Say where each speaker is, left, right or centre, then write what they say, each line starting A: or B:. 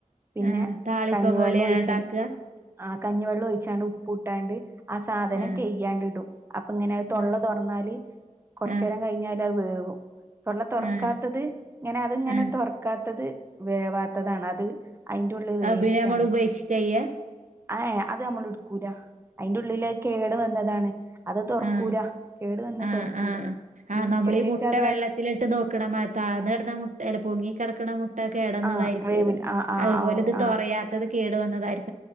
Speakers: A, on the right; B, on the right.
A: പിന്നെ
B: ആഹ് താളിപ്പം
A: കഞ്ഞിവെള്ളം
B: പോലെയാണോ
A: ഒഴിച്ചണ്
B: ഇണ്ടാക്കാ
A: ആ കഞ്ഞിവെള്ളം ഒഴിച്ചാണ്ട് ഉപ്പ് ഇട്ടാണ്ട് ആ സാധനം
B: ആഹ്
A: കൈയ്യാണ്ട് ഇടും അപ്പൊ ഇങ്ങനെ തൊള്ള
B: ആഹ്
A: തുറന്നാല് കുറച്ച
B: ആഹ്
A: നേരം കഴിഞ്ഞാൽ അത് വേവും തൊള്ള തൊറ
B: ആഹ്
A: ക്കാത്തത് ഇങ്ങനെ അത്ങ്ങനെ
B: ആഹ്
A: തുറക്കാത്തത് വേവാത്തതാണ് അത്. അതിന്റെ ഉള്ളത്
B: അത്
A: വേസ്റ്റ്ണ്
B: പിന്നെ നമ്മള് ഉപേക്ഷിക്കയ്യ
A: ആ അത് നമ്മൾ ഉടുക്കൂലാ അതിന്റെ ഉള്ളിൽ കേട് വന്നതാണ്. അത് തുറക്കൂല
B: ആഹ
A: കേട് വന്ന
B: ആഹ്
A: തുറക്കൂല
B: ആഹ്
A: ഇനി
B: ആഹ്
A: ഉച്ചക്കേക്ക്
B: നമ്മൾ ഈ മുട്ട
A: അത്
B: വെള്ളത്തിലിട്ട് നോക്കണ മാ താഴന്നടാ മുട്ട അല്ല പൊങ്ങി കിടക്കണ മു കേടന്നതായിരിക്കുമല്ലോ
A: ആ വേവില്ല ആ ആ
B: അതുപോലെ
A: ആ
B: ഇത്
A: ആ
B: തോറയാത്തത് കേടുവന്നതായിരിക്കും